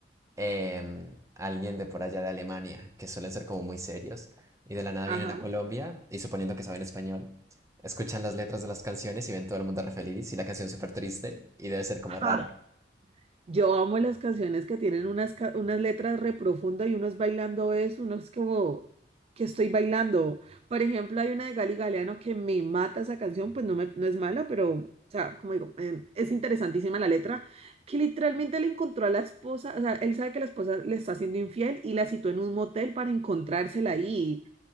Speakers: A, on the right; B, on the right.
A: em, alguien de por allá de Alemania, que suelen ser como muy serios, y de la nada
B: Ajá.
A: vienen a Colombia, y suponiendo que saben español, escuchan las letras de las canciones y ven todo el mundo re feliz y la canción súper triste, y debe ser como
B: Ajá.
A: raro.
B: Yo amo las canciones que tienen unas, ca- unas letras re profundas y uno es bailando eso, uno es como que estoy bailando. Por ejemplo, hay una de Gali Galeano que me mata esa canción, pues no, me, no es mala, pero, o sea, como digo, eh, es interesantísima la letra, que literalmente le encontró a la esposa, o sea, él sabe que la esposa le está haciendo infiel y la citó en un motel para encontrársela ahí.